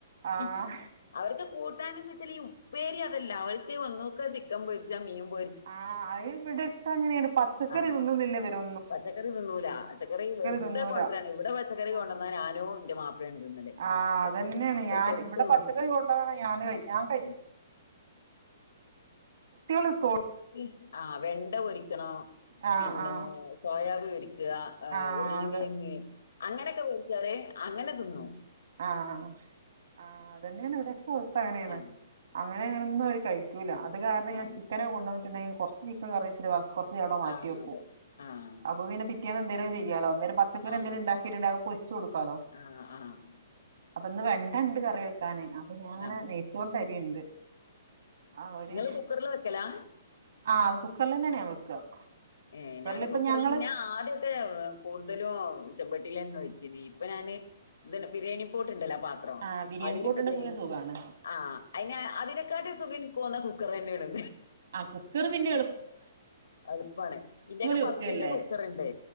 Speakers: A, on the right (about 70°); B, on the left (about 80°).
A: ആഹ്
B: ഹി ഹി അവിടത്തെ കൂട്ടാനും കിട്ട് <unintelligible> ഉപ്പേരി അതല്ല അവൾക്ക് ഒന്നൊക്കെ ചിക്കൻ പൊരിച്ച മീൻ പൊര്
A: ആഹ് അഹ് ഇവിടൊക്കെ അങ്ങനെയാണ് പച്ചക്കറി
B: ആ
A: തിന്നുന്നില്ല വരോ
B: പച്ചക്കറി തിന്നൂലാ പച്ചക്കറി വെറുതെ
A: തിന്നൂല
B: കൊണ്ടുവരാണ് ഇവിടെ പച്ചക്കറി കൊണ്ടുവന്നാ
A: ആഹ്
B: ഞാനോ ന്റെ മാപ്പിളാണ് തിന്നല്
A: ആഹ്
B: കൊർചെങ്കിലും
A: അതന്നെയാണ്
B: മക്കള്
A: ഞാൻ
B: തൊട്ട്
A: ഇവിടെ
B: നോക്കൂല
A: പച്ചക്കറി കൊണ്ടന്നാ ഞാന് ഞാൻ
B: ഉം
A: കുട്ടികള്തൊ
B: ഉംഹ് ആ വെൺ ണ്ട പൊരി ക്കാണോ
A: ആഹ്
B: പിന്നെ
A: ആഹ്
B: സോയാബി പൊ ക്ക് ആ ആ
A: ആഹ്
B: ഉരുളൻകേങ്ങ്
A: അതെ
B: അങ്ങനൊക്കെ വേവിച്ചാല് അങ്ങനെ തിന്നോ
A: ആഹ് ആഹ് ആഹ് അതൂതന്നെയാണ് ഇവിടോക്കെ അവസ്ഥ അങ്ങനെയാണ്
B: ആഹ്
A: അങ്ങനെ അങ്ങനന്ന കഴിക്കൂല അത് കാരണം
B: ആഹ്
A: ഞാ ചിക്കനെ കൊണ്ട് വന്നിട്ടുണ്ടെൽ കുറച്ച് ചീക്കറിച്ചിട്ട് ബാ കുറച്ചവിടെ മാറ്റി
B: ആഹ്
A: വെക്കും
B: അതെ ആഹ്
A: അപ്പൊ പിന്നെ പിറ്റേന്നു എന്തെങ്കിലും ചെയ്യാലോ അന്നേരം പച്ചക്കറി
B: ആഹ്
A: എന്തെങ്കിലും
B: അതെ
A: ഉണ്ടാക്കിട്ടുണ്ടാക്കഅതുപൊരിച്ചു കൊടുക്കാലോ
B: ആഹ് ആഹ്
A: അപ്പൊന്ന് വെണ്ട ഇണ്ട് കറി വെക്കാന് അപ്പൊ ഞാൻ അങ്ങനെ
B: ആഹ്
A: നെയയിച്ചൊണ്ടരിണ്ട് ആഹ് ഒര്
B: ഇങ്ങള് കുക്കറിൽ വെക്കലാ
A: ആഹ് ത് കുക്കറിലന്നെയാണ് ഞൻ വെക്കുക
B: ഏ
A: കുക്കറിൽ
B: ഞാനും
A: ഇപ്പ
B: കുക്കർല്
A: ഞങ്ങള്
B: ഞാൻ ആദ്യക്കെ കൂടുതലും ചമ്പട്ടിലെന്നെ വെചീ നി ഇപ്പൊ ഞാന് ഇത് ബിരിണി പോ ട്ട്ണ്ടല്ല അ പത്രം
A: ആഹ് ബിരിയാണി
B: അതിലും
A: പോട്ടുണ്ടെങ്കിൽ
B: വെജ
A: പിന്നെ സുഖാണ്
B: ആഹ് അയ്ന് അതിനെക്കാട്ടെ സുഖം ന്ന കുക്കർ തന്നെണ്
A: ആഹ് കുക്കർ പിന്നെ എള്
B: എളുപ്പാണ് ഇന്റെയൊക്കെ
A: വെക്കല്ലേ
B: പത്തിന്റെ കുക്കറ്ണ്ട്